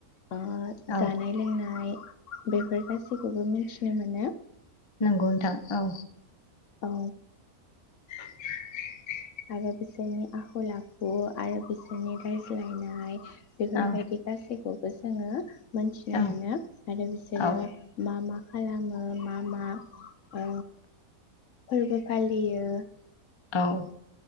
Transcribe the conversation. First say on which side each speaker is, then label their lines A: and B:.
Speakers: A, on the left; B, on the left.
A: अ
B: औ
A: जानाय लोंनाय बेफोर गासि गाससिखौबो मिथिनो मोनो
B: नंगौ नोंथां औ
A: औ
B: <inaudible>
A: आरो बिसोरनि आखल आखु आरो बिसोरनि रायज्लायनाय बेफोर
B: औ
A: बायायदि गाासैखौ जोङो मोनथिनो
B: औ
A: मोनो आरो बिसोरो
B: औ
A: मा-मा खालामो मा-मा ओ फोरबो फालियो।
B: औ।